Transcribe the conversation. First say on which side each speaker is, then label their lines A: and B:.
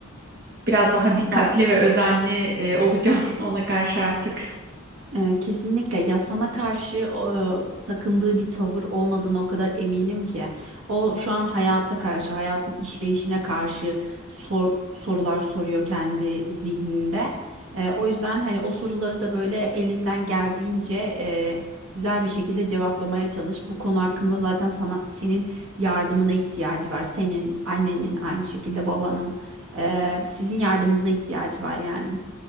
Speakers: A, on the right; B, on the right.
A: biraz daha dikkatli
B: Ya
A: ve özenli e, olacağım <laughs> ona karşı artık.
B: Ee, kesinlikle ya sana karşı e, takındığı bir tavır olmadığına o kadar eminim ki. O şu an hayata karşı, hayatın işleyişine karşı sor- sorular soruyor kendi zihninde. Ee, o yüzden hani o soruları da böyle elinden geldiğince e, güzel bir şekilde cevaplamaya çalış. Bu konu hakkında zaten sana senin yardımına ihtiyacı var. Senin, annenin, aynı şekilde babanın, e, sizin yardımınıza ihtiyacı var yani.